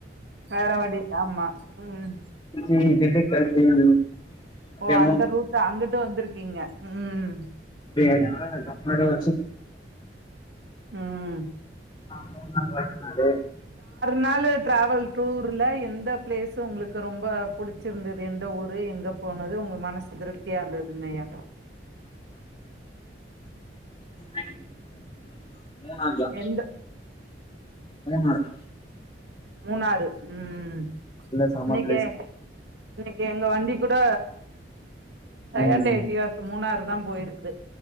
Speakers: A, on the right (about 70°); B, on the left (about 25°).
A: வேற வழி ஆமா உம்
B: உம் திண்டுக்கல் தேனி
A: ஓ
B: டெமோ
A: அந்த ரூட்டு அங்குட் டு வந்திருக்கீங்க உம் ம்
B: அப்டியே தா <unintelligible> அப்பறமா
A: ம்
B: மூணு நாள் வர சொன்னாரு
A: நாலு டிராவல் டூர்ல எந்த பிளேஸ்சு உங்களுக்கு ரொம் ப புடிச்சிருந்தது எந்த ஊரு எங்க போனது உங்க மனசு திருப்தியா இருந்ததுங்க ஐயா
B: <inaudible> மூனாஞ்சா
A: எந்த
B: மூணார்
A: மூணாறு உம்
B: நல்ல செம
A: இன்னைக்கு
B: பிளேஸ்
A: இன்னைக்கு எங்க வண்டி கூட டொயோட்ட
B: ம்
A: எத்தியாஷ் மூணாரு தா போயிருக்குது